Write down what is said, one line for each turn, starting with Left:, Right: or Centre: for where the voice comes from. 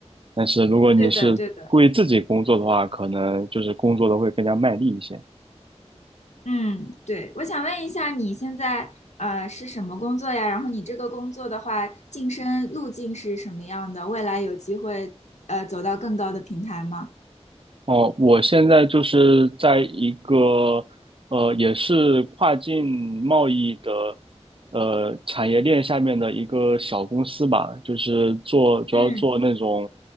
Right: 但是如果你是为自己工作的话，
Left: 对的对的。
Right: 可能就是工作的会更加卖力一些。
Left: 嗯，对，我想问一下，你现在呃是什么工作呀？然后你这个工作的话，晋升路径是什么样的？未来有机会呃走到更高的平台吗？
Right: 哦，我现在就是在一个呃，也是跨境贸易的呃产业链下面的一个小公司吧，就是做主要做那种
Left: 嗯，